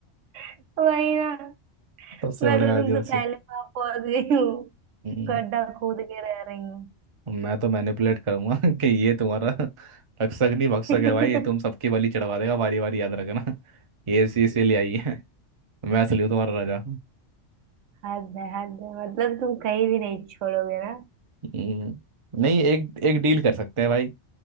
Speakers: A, on the right; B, on the right.
A: <laughs> वही ना
B: सबसे
A: मैं
B: बड़े
A: तो
B: आदिवासी
A: तुमसे पहले वहां पहुंच गई हूँ
B: हम्म,
A: गड्ढा खोद के रह रही हूँ
B: मैं तो मैनिपुलेट करूंगा <laughs> कि ये तुम्हारा <laughs> रक्षक नहीं भक्षक
A: <laughs>
B: है भाई ये तुम सबकी बलि चढ़वा देगा बारी बारी याद रखना <laughs> ये इसी इसीलिए आई है <laughs> मैं असली हूँ तुम्हारा राजा
A: हद है हद है मतलब तुम कहीं भी नहीं छोड़ोगे ना
B: हम्म, नहीं एक एक डील कर सकते हैं भाई